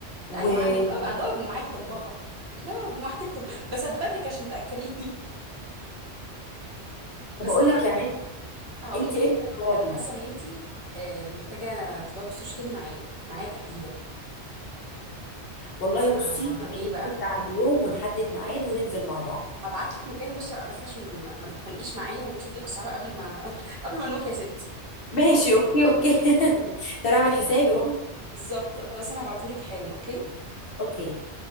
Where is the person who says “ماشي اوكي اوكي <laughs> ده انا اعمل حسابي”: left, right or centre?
Left